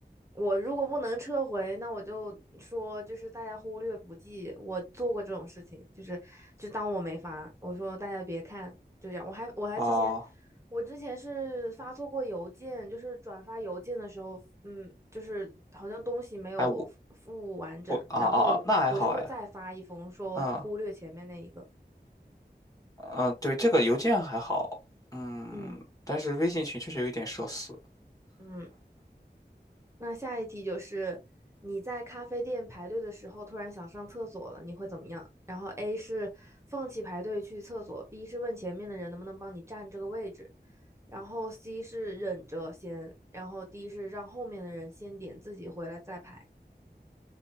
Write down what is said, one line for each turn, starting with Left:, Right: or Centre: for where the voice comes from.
Right: 我如果不能撤回，那我就说就是大家忽略不计，我做过这种事情，就是就当我没发，我说大家别看，就这样。我还我还之前
Left: 啊，
Right: 我之前是发错过邮件，就是转发邮件的时候，嗯，就是好像东西没有附完整，
Left: 哎，我我啊啊啊，
Right: 然后我就会再发一封说忽略前面那一个，
Left: 那还好哎，嗯嗯，对，这个邮件还好，嗯，
Right: 嗯
Left: 但是微信群确实有一点社死。
Right: 嗯。那下一题就是你在咖啡店排队的时候突然想上厕所了，你会怎么样？然后 A 是放弃排队去厕所，B 是问前面的人能不能帮你占这个位置，然后 C 是忍着先，然后 D 是让后面的人先点，自己回来再排